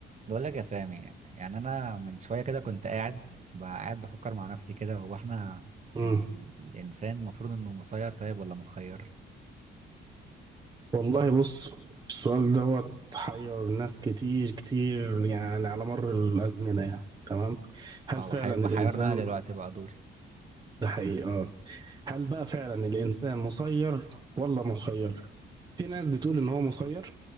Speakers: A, on the right; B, on the right.
A: بقول لك يا سامي يعني انا من شويه كده كنت قاعد بقى قاعد بفكر مع نفسي كده هو احنا
B: مم.
A: يعني ال- الانسان المفروض انه مسير طيب ولا مخير
B: والله بص السؤال دوت حير ناس كتير كتير يعني على مر الأزمنة يعني تمام هل
A: اه
B: فعلا
A: وحي-
B: الإنسان
A: وحيرنا انا دلوقتي بقى دوري
B: ده حقيقة هل بقى فعلا الإنسان مسير ولا مخير؟ في ناس بتقول إن هو مسير